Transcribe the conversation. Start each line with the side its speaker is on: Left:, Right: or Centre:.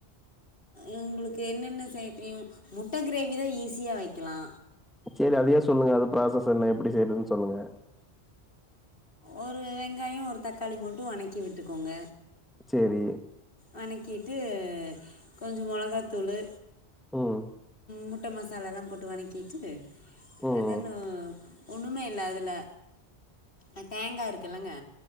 Left: உங்குளுக்கு என்னென்ன செய்ய தெரியு முட்ட கிரேவி தா ஈஸியா வெக்களா
Centre: சேரி அதையே சொல்லுங்க அது ப்ராசஸ் என்ன எப்டி செய்யற்துன் சொல்லுங்க
Left: ஒரு வெங்காய ஒரு தக்காளி மட்டு வணக்கி விட்டுக்கோங்க
Centre: செரி
Left: வணக்கிட்டு கொஞ்சோ மொளகாத்தூளு
Centre: ம்
Left: முட் ட மசாலாலா போட்டு வனக்கிட்டு
Centre: ம்
Left: அதென ஒன்னுமே இல்ல அதலே அ தேங்கா இருக்கு இல்லங்க